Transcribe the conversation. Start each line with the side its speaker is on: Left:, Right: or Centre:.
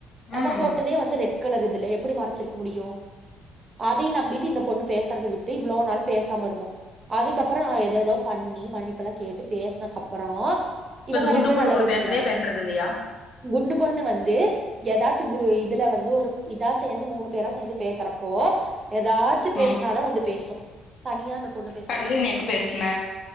Right: நம்ம
Left: ம்
Right: போட்டதே வந்து ரெட் கலர் இதுலே எப் ப்புடி மறச்சிருக்க முடியும் அதையும் நம்பிட்டு இந்த பொண்ணு பேசுறத விட்டு இவ்ளோ நாள் பேசாம இருந்தோம் அதுக்கப்புறோ நா ஏதேதோ பண்ணி மன்னிப்பெல்லா கேட்டு பேசுனக் அப்பறோ
Left: இப்ப
Right: இவங்க
Left: இந்த குண்டு
Right: ரெண்டு பேரும்
Left: பொண்ணு
Right: நல்லா
Left: கூட
Right: பேசிட்ருந்தாங்க
Left: பேசுறியா பேசுறது இல்லையா
Right: குண்டு பொண்ணு வந்து எதாச்சும் குரு இதுல வந்து ஒரு இதா ஸ் து மூணு பேரா சேந்து பேசுறப்போ எதாச்சும் பேசுனாதா
Left: ம்
Right: வந்து பேசும் தனியா அந்த பொண்ணு பேசுறதுல்லா
Left: கடைசியா
Right: பண்
Left: நீ எப்ப பேசுன